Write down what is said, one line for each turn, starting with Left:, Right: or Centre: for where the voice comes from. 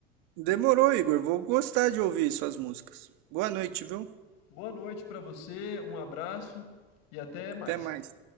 Right: Demorou, Igor. Vou gostar de ouvir suas músicas. Boa noite, viu?
Left: Boa noite pra você, um abraço e até mais.
Right: Até mais.